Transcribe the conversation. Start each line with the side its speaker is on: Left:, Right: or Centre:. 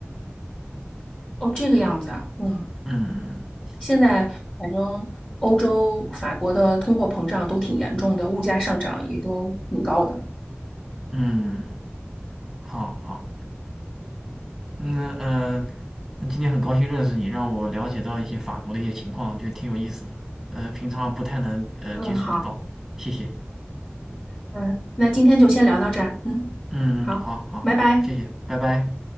Left: 哦，这个样子啊。嗯。
Centre: 嗯嗯
Left: 现在反正欧洲、法国的通货膨胀都挺严重的，物价上涨也都挺高的。
Centre: 嗯，嗯好好。嗯嗯、那今天很高兴认识你，让我了解到一些法国的一些情况，我觉得挺有意思的。呃，平常不太能呃接触得到，
Left: 嗯，好，
Centre: 谢谢。
Left: 嗯，那今天就先聊到这儿。嗯，
Centre: 嗯，
Left: 好，
Centre: 嗯好，好，好，
Left: 拜拜。
Centre: 谢谢，拜拜。